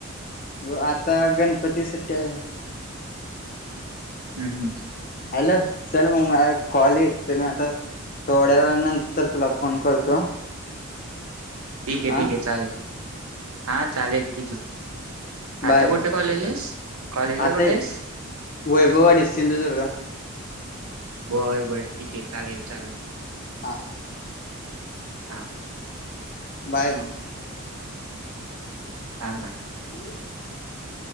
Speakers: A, on the left (about 40°); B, on the right (about 80°).
A: व आता गणपती सुट्टया.
B: हम् हम्
A: हॅलो, चल मग मला एक कॉल येत ते मी आता. थोड्या वेळ्या नंतर तुला फोन करतो.
B: ठीक आहे.
A: हा
B: ठीक आहे. चालेल, हा चालेल ठीक आहे. आता
A: बाय मग
B: कुठे कॉलेज आहेस. कॉलेजला
A: आता
B: कुठे आहेस?
A: वैभववाडी, सिंधुदुर्ग.
B: व्हय व्हय ठीक आहे चालेल चालेल.
A: हा.
B: हा
A: बाय मग
B: हा बाय,
A: <inaudible>